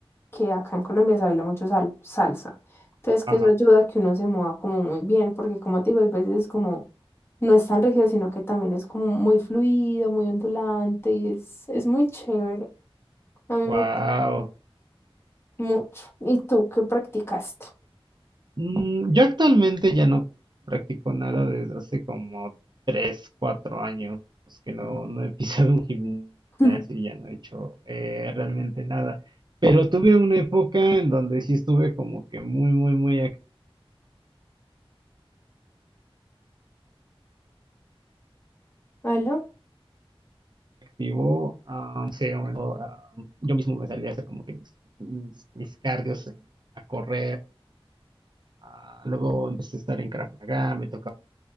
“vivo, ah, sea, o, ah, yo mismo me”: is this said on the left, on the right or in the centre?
Right